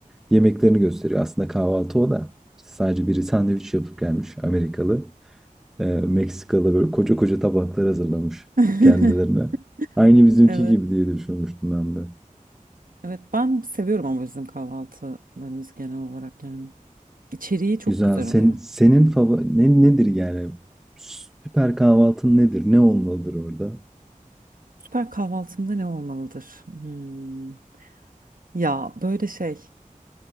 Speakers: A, in the centre; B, on the right (about 75°).
A: yemeklerini gösteriyor. Aslında kahvaltı o da. Sadece biri sandviç yapıp gelmiş Amerikalı. Ee, Meksikalı böyle koca koca tabaklar hazırlamış
B: <laughs>
A: kendilerine. Aynı bizimki
B: Evet.
A: gibi diye düşünmüştüm ben de.
B: Evet ben seviyorum ama bizim kahvaltılarımız genel olarak yani. İçeriği çok
A: Güzel.
B: güzel
A: Sen,
B: oluyor.
A: senin favori ne, nedir yani? Süper kahvaltın nedir? Ne olmalıdır orada?
B: Süper kahvaltımda ne olmalıdır? Hmm. Ya böyle şey.